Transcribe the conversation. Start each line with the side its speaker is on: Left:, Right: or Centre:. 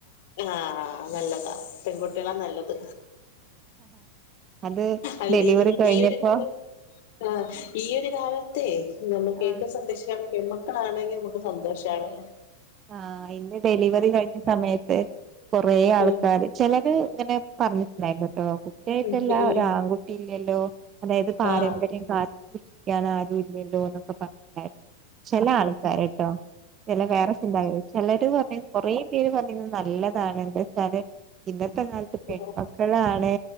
Left: ആഹ് നല്ലതാ പെങ്കുട്യേളാ നല്ലത്.
Right: അത്
Left: അല്ല
Right: ഡെലിവറി
Left: ഈ
Right: കഴിഞ്ഞപ്പോ
Left: ഈ ഒരു കാലകേ ആ ഈ ഒരു കാലത്തെ നമുക്ക്
Right: ആ
Left: ഏറ്റവും സന്തോഷാണ് പെൺമക്കളാ ആണെങ്കിൽ നമുക്ക് സന്തോഷാണ്
Right: ആഹ് ഇന്ന് ഡെലിവറി കഴിഞ്ഞ സമയത്ത് കൊറെ ആൾക്കാര്
Left: ഉം
Right: ചിലര് ഇങ്ങനെ പറഞ്ഞിട്ടുണ്ടായിരുന്നു കേട്ടോ കുട്ടായിട്ടല്ല
Left: ഉം ഉം
Right: ഒരു ആൺകുട്ടി ഇല്ലല്ലോ അതായത് പാരമ്പര്യം
Left: ആഹ്
Right: കാത്ത് ക്കാൻ ആരും ഇല്ലല്ലോന്നൊക്കെ പറഞ്ഞിട്ടുണ്ടായിരുന്നു ചില ആൾക്കാരട്ടോ ചില വേറെ ചിലര് പറഞ്ഞ കൊറേ പേര് പറയുന്നത് നല്ലതാണ് എന്താ വച്ചാല് ഇന്നത്തെ കാലത്ത് പെൺമക്കളാണ്
Left: അഹ്